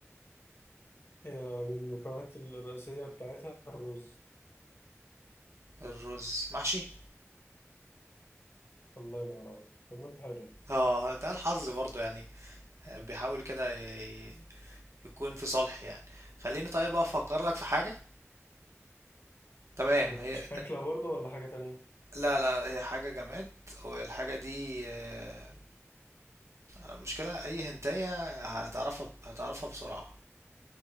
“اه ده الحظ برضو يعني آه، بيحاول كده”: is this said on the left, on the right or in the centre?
Right